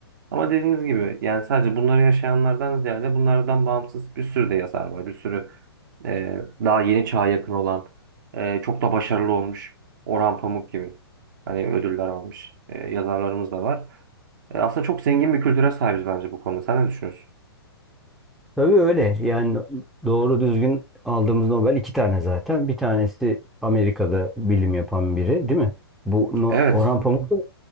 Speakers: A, on the right (about 50°); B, in the centre.
A: Ama dediğiniz gibi yani sadece bunları yaşayanlardan ziyade bunlardan bağımsız bir sürü de yazar var. Bir sürü e, daha yeni çağa yakın olan ee, çok da başarılı olmuş. Orhan Pamuk gibi. Hani ödüller almış. Ee, yazarlarımız da var. Ee, aslında çok zengin bir kültüre sahibiz bence bu konuda. Sen ne düşünüyorsun?
B: Tabii öyle. Yani doğru düzgün aldığımız Nobel iki tane zaten. Bir tanesi Amerika'da bilim yapan biri, değil mi? Bu No-
A: Evet.
B: Orhan Pamuk da